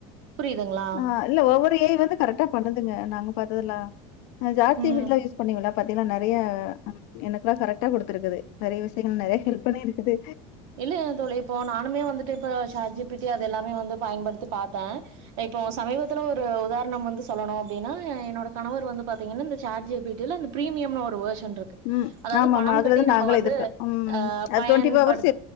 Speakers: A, on the right; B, on the left.
A: புரியுதுங்களா
B: ஆ இல்ல ஒவ்வொரு ஏஐ வந்து கரெக்டா பண்ணுதுங்க நாங்க பாத்ததுல்லா நா ஜாஸ்தீவிடிலா
A: ம்
B: யூஸ் பண்ணீங்கள <unintelligible> நெறைய எனக்கெல்லா கரெக்ட்டா குடுத்துருக்குது நெறியா விஷயங்கள் நெறியா ஹெல்ப் பண்ணிருக்குது
A: இல்லேங் தோழி இப்போ நானுமே வந்துட்டு இப்ப இப்ப சார்ஜ்பீட்டியா எல்லாமே வந்து பயன்படுத்தி பாத்தே இப்ப சமீபத்துல ஒரு உதாரணம் வந்து சொல்லணு அப்டின்னா என்னோட கணவர் வந்து பாத்தீங்கன்னா இந்த ஜார்ஜ் ஜேப்பிட்டில இது ப்ரீமியம் ஒரு வோஷன் ருக்கு
B: ம்.
A: அதாவது
B: ஆமாமா.
A: பணம்
B: அதுலருந்து
A: கட்டி நம்ப
B: நாங்களும்
A: வந்து
B: எதிர்க்க ம்.
A: ஆ
B: அது
A: பயன்படுத்
B: ஹவர்ஸ்